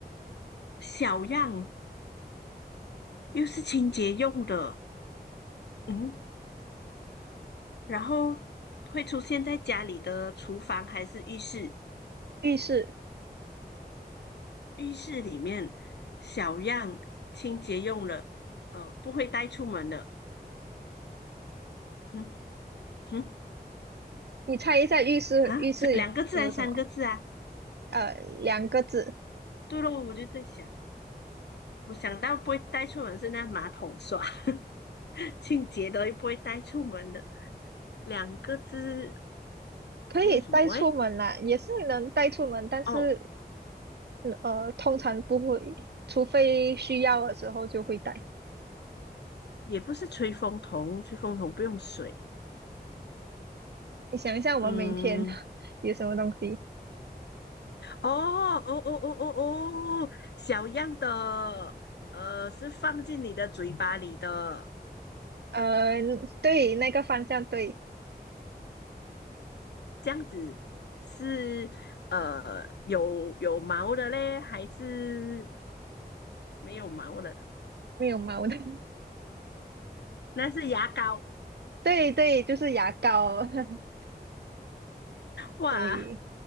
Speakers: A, on the left; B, on the right.
A: 小样又是清洁用的，嗯，然后会出现在家里的厨房还是浴室？
B: 浴室。
A: 浴室里面小样清洁用了，呃，不会带出门的。哼哼
B: 你猜一下浴室浴室有什么？
A: 啊，三两个字还是三个字啊？
B: 呃，两个字，
A: 对咯，我就在想，我想到不会带出门是那马桶刷，<laughs> 清洁的又不会带出门的，两个字
B: 可以带出门啦，
A: 还有什么？哎，
B: 也是能带出门，但是
A: 哦，
B: 呃，通常不会，除非需要的时候就会带。
A: 也不是吹风筒，吹风筒不用水。
B: 你想一下，我们每天
A: 嗯，
B: <laughs> 有什么东西？
A: 哦哦哦哦哦哦，小样的，呃，是放进你的嘴巴里的，
B: 呃，对，那个方向对，
A: 这样子是呃有有毛的嘞，还是没有毛的？
B: 没有毛的，
A: 那是牙膏
B: <laughs> 对对，就是牙膏。<laughs>
A: 哇
B: 对，